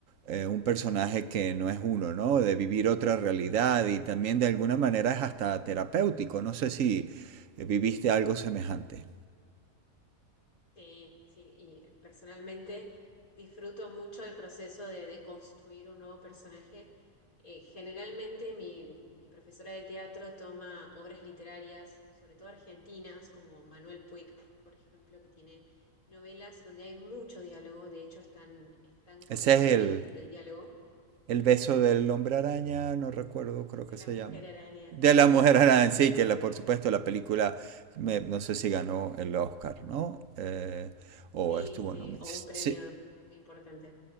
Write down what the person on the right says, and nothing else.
eh, un personaje que no es uno, ¿no? De vivir otra realidad y también de alguna manera es hasta terapéutico. No sé si eh, viviste algo semejante.
Ese es el,
el beso del hombre araña, no recuerdo, creo
que
se
llama.
De
la mujer araña, sí, que la, por supuesto la película, me, no sé si ganó el Oscar, ¿no? Eh, o
estuvo,
no,
sí,